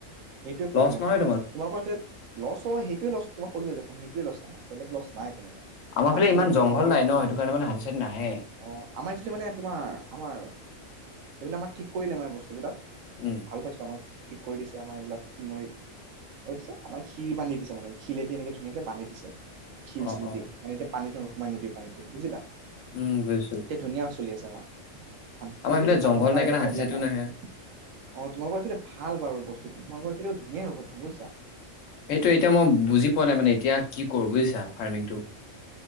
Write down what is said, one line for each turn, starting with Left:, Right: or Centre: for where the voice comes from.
Right: সেইটোৱে প্ৰব্লেম,
Left: লছ নহয়
Right: তোমালোকৰ সেইফালে লছ হয়, সেইটোৱে লছ তোমাক ক'লোৱেই দেখোন, সেইটোৱে লছ আমাৰ, বেলেগ লছ নাই তেনেকে।
Left: আমাৰ ফালে
Right: পানীতো
Left: ইমান
Right: নোসোমোৱা
Left: জংঘল
Right: হ'লেই।
Left: নাই ন' সেইটো কাৰণে মানে হাতী চাতী নাহে।
Right: অ', আমাৰ এইফালে মানে তোমাৰ, আমাৰ এইফালে আমাৰ ঠিক কৰিলে, মানে বস্তুবিলাক।
Left: উম,
Right: ভাল পাইছো আমাক ঠিক কৰি দিছে আমাৰ এইবিলাক, <unintelligible> আমাৰ শিল বান্ধি দিছে মানে, শিলেদি এনেকে ধুনীয়াকে বান্ধি দিছে। শিল
Left: অ',
Right: চিল
Left: অ',
Right: দি, মানে এতিয়া পানীটো নো তোমাৰ নদীৰ পানীটো, বুজিলা?
Left: উম, বুজিছোঁ।
Right: এতিয়া ধুনীয়া চলি আছে আমাৰ। ধান খেতি,
Left: আমাৰ
Right: খালি
Left: এইফালে
Right: হাতী
Left: জংঘল
Right: সোমাই
Left: নাই কাৰণে
Right: অলপ
Left: হাতী
Right: প্ৰব্লেম
Left: চাতিও
Right: হয়।
Left: নাহে।
Right: অ' তোমালোকৰ সেইফালে ভাল বাৰু বস্তুটো তোমালোকৰ সেইফালেও ধুনীয়াই হ'ব ধান বুইছা?
Left: সেইটো এতিয়া মই বুজি পোৱা নাই মানে এতিয়া, কি কৰোঁ বুজিছা? ফাৰ্মিংটো।